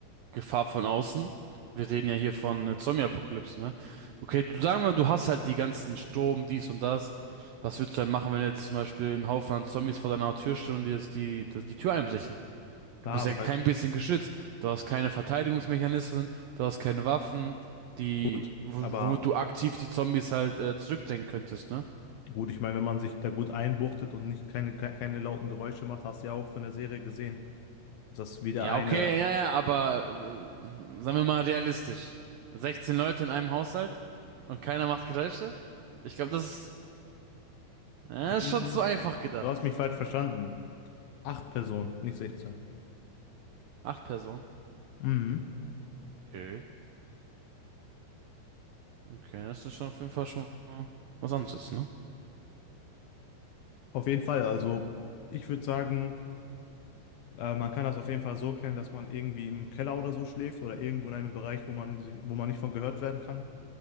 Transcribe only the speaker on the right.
Gefahr von außen. Wir reden ja hier von äh, Zombie-Apokalypse, ne? Okay, du sagen wir, du hast halt die ganzen Sturm, dies und das. Was würdest du dann machen, wenn jetzt zum Beispiel ein Haufen an Zombies vor deiner Tür stehen und dir jetzt die, das, die Tür einbrechen? Du
bist
ja kein
bisschen geschützt. Du hast keine Verteidigungsmechanismen, du hast keine Waffen, die,
wo-
womit du aktiv die Zombies halt äh, zurückdrängen könntest, ne?
Ja,
okay, ja, ja, aber äh, sagen wir mal realistisch. 16 Leute in einem Haushalt und keiner macht Geräusche? Ich glaube, das ist, äh, ist
schon zu einfach gedacht.
Acht Personen.
Okay. Okay, das ist schon auf jeden Fall schon mal was anderes, ne?